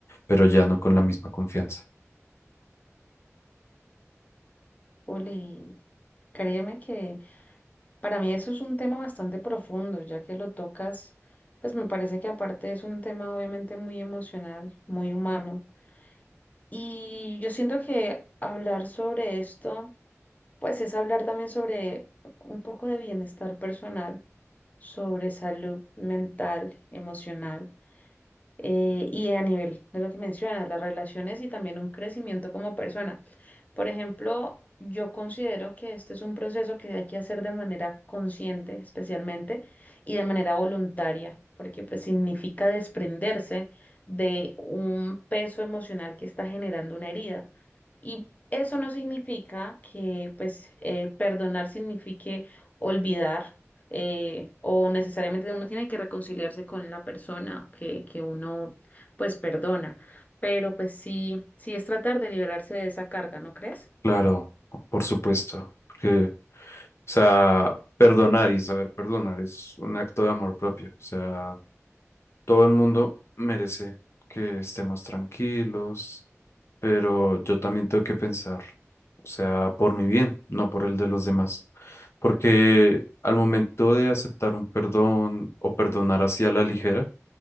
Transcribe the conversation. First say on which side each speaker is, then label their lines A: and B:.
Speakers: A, on the left (about 55°); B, on the left (about 30°).
A: pero ya no con la misma confianza.
B: Uli, créeme que para mí eso es un tema bastante profundo, ya que lo tocas, pues me parece que aparte es un tema obviamente muy emocional, muy humano. Y yo siento que hablar sobre esto, pues es hablar también sobre un poco de bienestar personal, sobre salud mental, emocional. eh, y a nivel de lo que mencionas, las relaciones y también un crecimiento como persona. Por ejemplo, yo considero que este es un proceso que hay que hacer de manera consciente, especialmente, y de manera voluntaria, porque pues significa desprenderse de un peso emocional que está generando una herida. Y eso no significa que pues eh, perdonar signifique olvidar eh, o necesariamente uno tiene que reconciliarse con la persona que, que uno pues perdona, pero pues sí, sí es tratar de liberarse de esa carga, ¿no crees?
A: Claro, por supuesto, porque, o sea, perdonar y saber perdonar es un acto de amor propio, o sea, Todo el mundo merece que estemos tranquilos, pero yo también tengo que pensar, o sea, por mi bien, no por el de los demás. Porque al momento de aceptar un perdón o perdonar hacia la ligera,